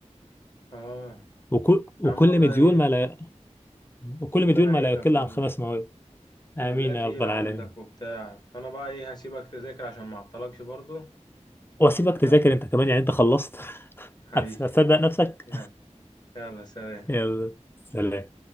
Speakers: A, on the left (about 35°); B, on the left (about 20°).
A: اه
B: وكل وكل
A: يا عم والله
B: مديول ما لا وكل
A: ربنا
B: مديول ما
A: يعينك
B: لا يقل
A: والله
B: عن خمس مواد آمين
A: كلية تقيلة
B: يا رب العالمين
A: عندك وبتاع فأنا بقى إيه هسيبك تذاكر عشان ما أعطلكش برضو
B: وأسيبك تذاكر
A: يلا
B: أنت كمان يعني أنت خلصت <laughs>
A: حبيبي
B: هتصدق نفسك
A: يلا يلا سلام
B: يلا سلام